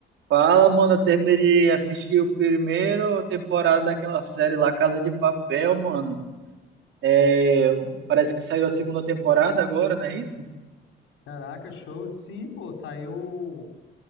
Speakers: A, on the right (about 80°); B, on the left (about 80°).
A: Fala, mano. Eu terminei de assistir o primeiro temporada daquela série lá, Casa de Papel, mano. É, parece que saiu a segunda temporada agora, não é isso?
B: Caraca, show. Sim, pô, saiu,